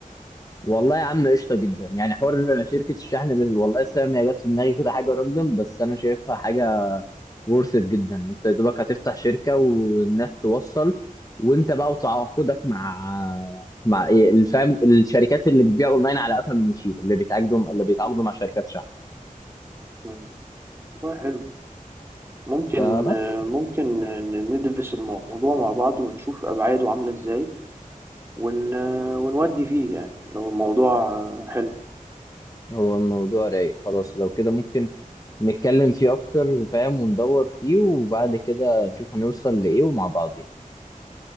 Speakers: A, on the left; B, on the right.
A: والله يا عم قشطه جدا يعني حوار شركه الشحن اللي والله سام هي جت في دماغي كده حاجه راندوم بس انا شايفها حاجه ورثت جدا انت يا دوبك هتفتح شركه والناس توصل وانت بقى وتعاقدك مع مع إيه الفهم الشركات اللي بتبيع اونلاين على قفا من يشيل اللي بيتعاقدوا اللي بيتعاقدوا مع شركات شحن
B: مم. والله حلو ممكن
A: فبس
B: ممكن ندرس الموضوع مع بعض ونشوف أبعاده عاملة إزاي ون... ونودي فيه يعني لو الموضوع حلو
A: هو الموضوع رايق خلاص لو كده ممكن نتكلم فيه اكتر فاهم وندور فيه وبعد كده نشوف هنوصل لايه ومع بعضين